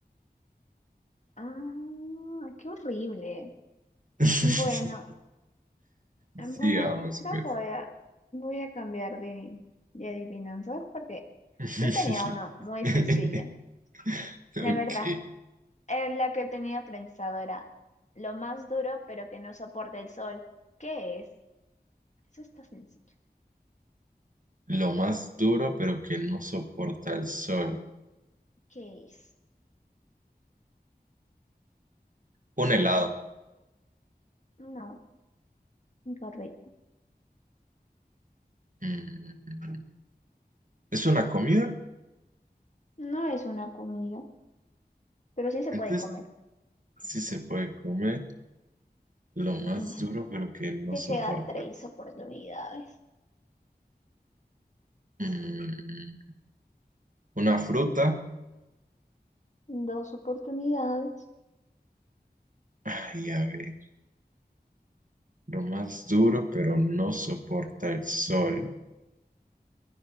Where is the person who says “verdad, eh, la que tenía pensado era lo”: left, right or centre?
Left